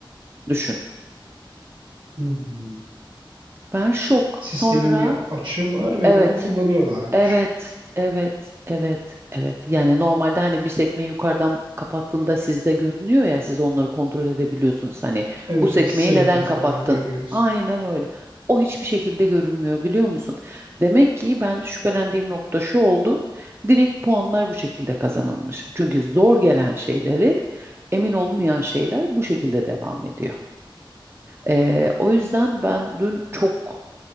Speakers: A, on the right; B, on the right.
A: Düşün.
B: Hmm.
A: Ben şok.
B: Sistemin
A: Sonra
B: bir açığı var ve
A: evet
B: bunu kullanıyorlarmış.
A: Evet, evet, evet, evet. Yani normalde hani bir sekmeyi yukarıdan kapattığında sizde görünüyor ya siz onları kontrol edebiliyorsunuz. Hani
B: Evet,
A: bu sekmeyi
B: evet sayıları
A: neden kapattın?
B: falan görüyoruz.
A: Aynen öyle. O hiçbir şekilde görülmüyor biliyor musun? Demek ki ben şüphelendiğim nokta şu oldu. Direkt puanlar bu şekilde kazanılmış. Çünkü zor gelen şeyleri, emin olmayan şeyler bu şekilde devam ediyor. Ee, o yüzden ben dün çok